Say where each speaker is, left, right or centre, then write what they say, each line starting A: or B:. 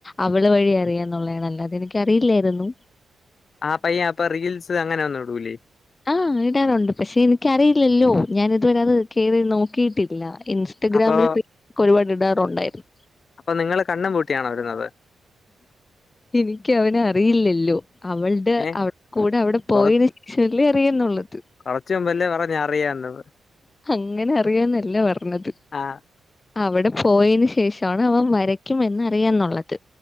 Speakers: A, on the left; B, on the left.
A: അവള് വഴി അറിയാ ഒള്ളേണ് അല്ലാതെ എനിക്കറിയില്ലായിരുന്നു.
B: ആ പയ്യ അപ്പ റീൽസ് അങ്ങനെ ഒന്നും ഇടുലേ
A: ആ, ഇടാറുണ്ട് പക്ഷേ എനിക്കറിയില്ലല്ലോ. ഞാൻ ഇതുവരെ അത് കേറി നോക്കിയിട്ടി ഇല്ല ഇൻസ്റ്റഗ്രാമില്
B: അപ്പൊ
A: പിക് ഒരുപാട് ഇടാറൊണ്ടായിരുന്നു.
B: അപ്പൊ നിങ്ങള് കണ്ണും പൂട്ടിയാണോ ഇടുന്നത്?
A: എനിക്ക് അവനെ അറിയില്ലല്ലോ അവൾടെ
B: ഏഹ്?
A: അവ കൂട അവടെ പോയതിന്
B: കൊറ
A: ശേഷല്ലേ അറിയുന്നുള്ളൂ ത്
B: കൊറച്ച് മുമ്പല്ലേ പറഞ്ഞ് അറിയാന്ന്.
A: അങ്ങനെ അറിയാന്നല്ല പറഞ്ഞത്.
B: ആഹ്.
A: അവടെ പോയേന് ശേഷാണ് അവൻ വരയ്ക്കുംമെന്ന് അറിയാന്നുള്ളത്,